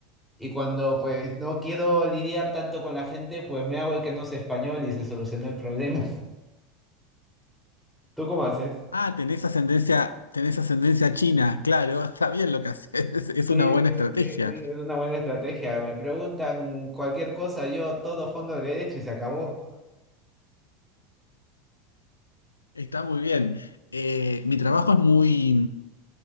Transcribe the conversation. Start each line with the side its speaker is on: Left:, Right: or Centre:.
Centre: Y cuando pues no quiero lidiar tanto con la gente, pues me hago el que no sé español y se soluciona el problema. <laughs> ¿Tú cómo haces?
Left: Ah, tenés ascendencia, tenés ascendencia china, claro, <laughs> está bien lo que haces, es
Centre: Sí,
Left: una buena
Centre: sí,
Left: estrategia,
Centre: sí, sí, es una buena estrategia. Me preguntan cualquier cosa, yo todo fondo derecho y se acabó.
Left: está muy bien. Eh, mi trabajo es muy,